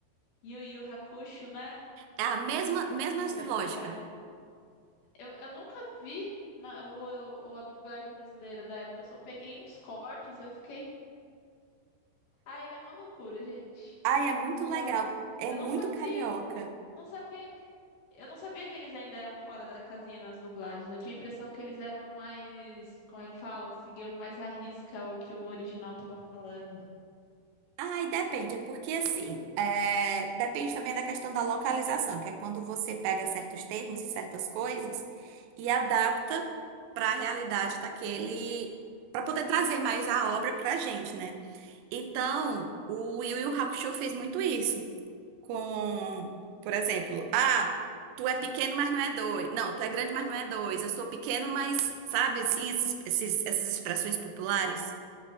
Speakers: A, on the left; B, on the right.
A: Yu Yu Hakusho, né?
B: É a mesma, mesma
A: Que ia dobrar.
B: lógica.
A: Eu, eu nunca vi na, o, o- a dublagem brasileira da época, eu só peguei uns cortes e eu fiquei. Ah, ele é uma loucura, gente.
B: Ai, é muito
A: Tá.
B: legal. É
A: Eu
B: muito
A: não sabia,
B: carioca.
A: não sabia, que- eu não sabia que eles ainda eram fora da casinha nas dublagens. Eu tinha a impressão que eles eram mais, como é que fala? Seguiam mais à risca o que o original tava falando.
B: Ai, depende. É porque, assim, é, depende também da questão da localização, que é quando você pega certos termos e certas coisas e adapta para a realidade daquele.
A: Hum,
B: Para poder trazer mais a obra para a gente, né? Então, o Yu Yu Hakusho fez muito isso. com, por exemplo, ah, tu é pequeno, mas não é dois. Não, tu é grande, mas não é dois. Eu sou pequeno, mas, sabe, assim, esses, esses- essas expressões populares.